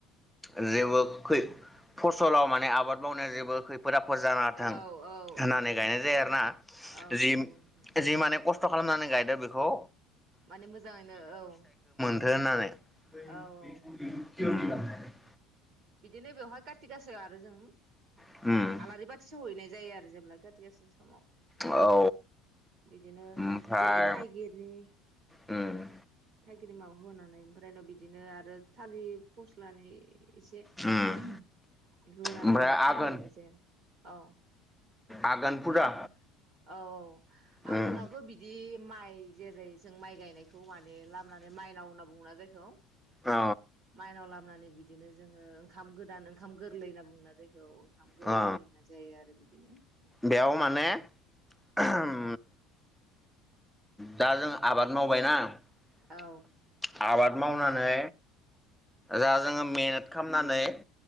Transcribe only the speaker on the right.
औ
औ औ
औ
औ
नंगौ नोंथां
माने मोजाङैनो औ।
औ औ
नंगौ बिदिनो बेवहाय काटि गासायाव आरो जों
आलारि बाथि सावहैनाय जायो आरो जेब्ला काति गासा समाव।
बिदिनो
जेरै थाइगिरनि
थाइगिर माबा होनानै ओमफ्राय उनाव बिदिनो आरो थालिर फस्लानि ए एसे ओम <unintelligible>
बेवहाय
खाला हैनोसै आं औ
आ औ औ
आघोनावथ बिदि माइ जेरै जों माइ गाय बेखौ माने लाबोनानै माइनाव होनना बुङोना जायखौ।
माइनावला नानै बिदिनो जोङो ओंखाम गोदान ओंखाम गोरलै होनना बुंना जायखो औ ओंखाम गोरलै
होना जायो आरो बिदि <unintelligible>
औ